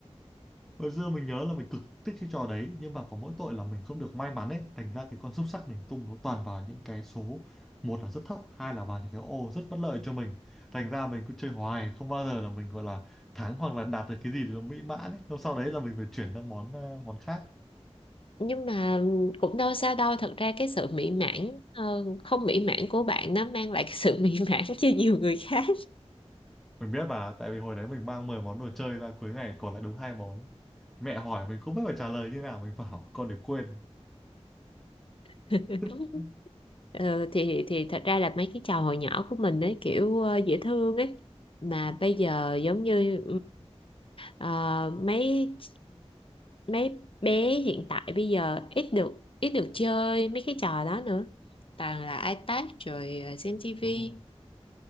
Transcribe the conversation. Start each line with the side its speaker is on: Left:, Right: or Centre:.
Centre: Hồi xưa mình nhớ là mình cực thích cái trò đấy nhưng mà có mỗi tội là mình không được may mắn ấy thành ra cái con xúc xắc mình tung nó toàn vào những cái số một là rất thấp hai là vào những cái ô rất bất lợi cho mình thành ra mình cứ chơi hoài không bao giờ là mình gọi là thắng hoặc là đạt được cái gì thì nó mỹ mãn ấy Xong sau đấy là mình phải chuyển sang món ờ, món khác
Left: nhưng mà cũng đâu sao đâu thật ra cái sự mỹ mãn ờ, không mỹ mãn của bạn nó mang lại cái sự <laughs> mỹ mãn cho nhiều người khác
Centre: mình biết mà tại vì hồi đấy mình mang 10 món đồ chơi ra cuối ngày còn lại đúng hai món mẹ hỏi mình không biết phải trả lời như nào mình bảo con để quên
Left: <laughs>
Centre: <laughs>
Left: Ờ, thì thì thật ra là mấy cái trò hồi nhỏ của mình ấy kiểu ờ, dễ thương ấy mà bây giờ giống như Ờ, mấy mấy bé hiện tại bây giờ ít được ít được chơi mấy cái trò đó nữa. toàn là iPad rồi ờ, xem tivi
Centre: đúng không